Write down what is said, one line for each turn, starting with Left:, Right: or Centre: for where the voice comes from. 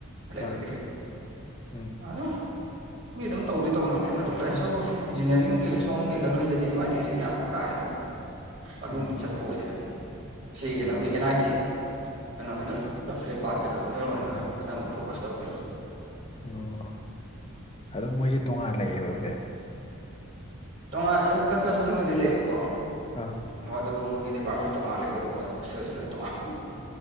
Right: ꯍ ꯂꯩꯕꯒꯗ
Left: ꯑꯥ ꯎꯝ
Right: ꯑꯔꯣ ꯃꯤ ꯑꯗꯨꯝ ꯇꯧꯗꯤ ꯇꯧꯅꯕꯅꯤꯗ ꯑꯗꯨ ꯀꯩꯁꯨ ꯏꯟꯖꯤꯅꯤꯌꯥꯔꯤꯡꯒꯤ ꯁꯣꯝꯒꯤ ꯂꯝꯕꯤꯗꯗꯤ ꯑꯦꯝ ꯑꯥꯏ ꯇꯤꯁꯤ ꯌꯥꯝꯅ ꯀꯥꯍꯦꯟꯅ ꯃꯃꯤꯡꯗꯤ
Left: ꯎꯝ
Right: ꯆꯠꯄ ꯑꯣꯏꯗ‌ꯦ ꯁꯤ ꯀꯩꯅꯣꯒꯤ
Left: ꯑꯣ
Right: ꯑꯦꯟ ꯑꯥꯏ ꯇꯤ ꯀꯩꯅꯣꯒꯤꯗ ꯂꯝꯐꯦ ꯄꯥꯛꯀꯤꯗꯣꯗ ꯑꯣꯏꯅ
Left: ꯑꯥ
Right: ꯑꯅꯝꯕ ꯐꯣꯀꯁ ꯇꯧꯋꯕ
Left: ꯑꯣ ꯑꯗꯨꯝ ꯃꯣꯏꯁꯦ ꯇꯣꯉꯥꯟ ꯂꯩꯌꯦꯦꯕ ꯑꯗꯨꯗꯤ
Right: ꯇꯣꯉꯥꯟ <unintelligible> ꯃꯅꯨꯡꯗꯗꯤ ꯂꯩꯌꯦꯕꯀꯣ
Left: ꯑꯥ
Right: ꯃꯗꯨ ꯃꯣꯏꯒꯤ ꯗꯤꯄꯥꯔꯠꯃꯦꯟ ꯇꯣꯡꯉꯥꯂꯦ ꯑꯗꯨꯒ ꯃꯣꯏ ꯍ‌ꯣꯁꯇ‌ꯦꯜꯁꯨ ꯂ‌ꯣꯏꯟ ꯇꯣꯉꯥꯜꯂ‌ꯦ